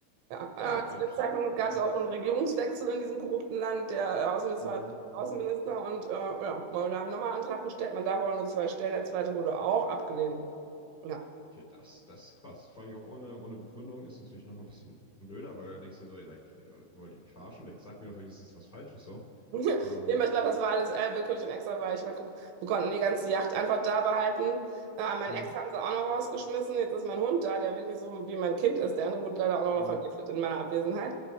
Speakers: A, on the right (about 75°); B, on the left (about 30°).
A: Ja,
B: Naja,
A: äh, zu
B: interesting.
A: dem Zeitpunkt
B: Das
A: gab es auch
B: ist.
A: einen Regierungswechsel in diesem korrupten Land. Der äh, Außenminister
B: Mhm.
A: war Außenminister
B: Mhm.
A: und äh, ja, wir haben nochmal einen Antrag gestellt. Man darf auch nur zwei stellen, der zweite wurde auch abgelehnt. Ja.
B: Okay, das, das ist krass. Vor allem auch ohne, ohne Begründung ist natürlich noch mal ein bisschen blöder, weil du denkst dir so, ey, like, äh, wollt ihr mich verarschen? Like, sag mir doch wenigstens was Falsches so.
A: <laughs> Ja,
B: Ähm,
A: nee, aber ich glaube, das war alles äh, willkürlich und extra, weil ich meine, guck, wir konnten die ganze Yacht einfach da behalten. Äh, mein
B: hm,
A: Ex haben sie auch noch rausgeschmissen. Jetzt ist mein Hund da, der wirklich so wie mein Kind ist. Der andere wurde leider auch
B: hm,
A: noch vergiftet in meiner Abwesenheit.